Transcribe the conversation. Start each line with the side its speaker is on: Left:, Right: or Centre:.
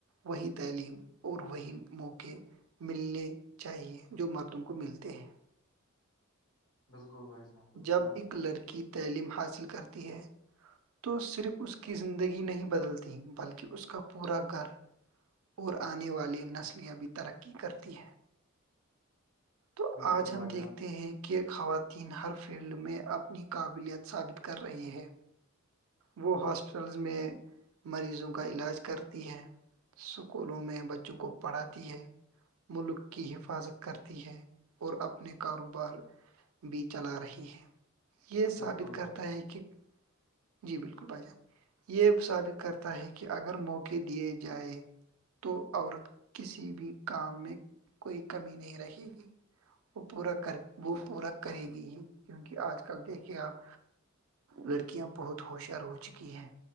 Right: وہی تعلیم اور وہی موقع ملنے چاہیے جو مردوں کو ملتے ہیں
Left: بالکل بھائی جان بالکل
Right: جب
Left: آ
Right: ایک لڑکی تعلیم حاصل کرتی ہے تو صرف اس کی زندگی نہیں بدلت بلکہ اس کا پورا گھر اور آنے والی نسلیاں بھی ترقی کرتی ہیں
Left: <unintelligible>
Right: تو آج ہم
Left: بھائی جان
Right: دیکھتے ہیں کہ خوات تین ہر فیلڈ میں اپنی قابلیت ثابت کر رہی ہے وہ ہاسپٹلز میں مریضوں کا علاج کرتی ہے اسکولوں میں بچوں کو پڑھاتی ہے ملک کی حفاظت کرتی ہے اور اپنے کاروبار بھی چلا رہی ہے یہ
Left: بالکل
Right: ثابت کرتا
Left: بھیا
Right: ہے کہ جی بالکل بھائی جان یہ ثابت کرتا ہے کہ اگر موقع دیے جائے تو عورت کسی بھی کام میں کوئی کمی نہیں رہکھے گی وہ پورا کر وہ پورا کرے گی ہی کیونکہ آج کل دیکھیے آپ لڑکیاں بہت ہوشیار ہو چکی ہیں